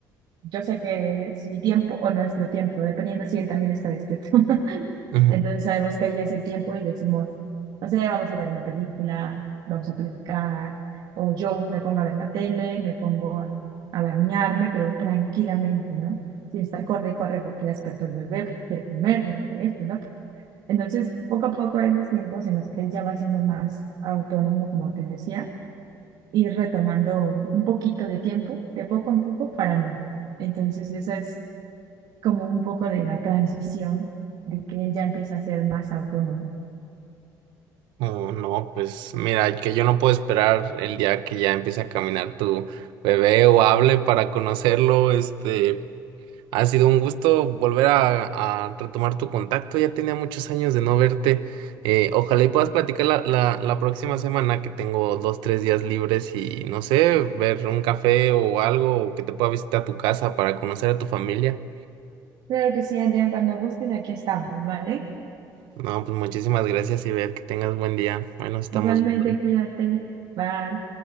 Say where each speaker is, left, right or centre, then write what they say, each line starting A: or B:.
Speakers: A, on the right; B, on the right.
A: yo sé que es mi tiempo o nuestro tiempo, dependiendo si él también está despierto. <laughs>
B: Ujú.
A: Entonces sabemos que ahí es el tiempo y decimos, no sé, vamos a ver una película, vamos a platicar, o yo me pongo a ver la tele, me pongo a, a bañarme, pero tranquilamente, ¿no? Sin estar corre y corre porque ya despertó el bebé, porque quiere comer, porque esto, ¿no? Entonces, poco a poco esos tiempos en los que él ya va siendo más autónomo, como te decía, ir retomando un poquito de tiempo, de poco en poco, para mí. Entonces, esa es como un poco de la transición de que él ya empieza a ser más autónomo.
B: Oh, no, pues mira, que yo no puedo esperar el día que ya empiece a caminar tu bebé o hable para conocerlo, este, Ha sido un gusto volver a, a retomar tu contacto. Ya tenía muchos años de no verte. Eh, ojalá y puedas platicar la, la, la próxima semana que tengo dos, tres días libres y no sé, ver un café o algo o que te pueda visitar tu casa para conocer a tu familia.
A: Claro que sí, Adrián, cuando gustes, aquí estamos, ¿vale?
B: No, pues muchísimas gracias y ver que tengas buen día. Bueno, estamos
A: Igualmente,
B: viendo.
A: cuídate. Bye.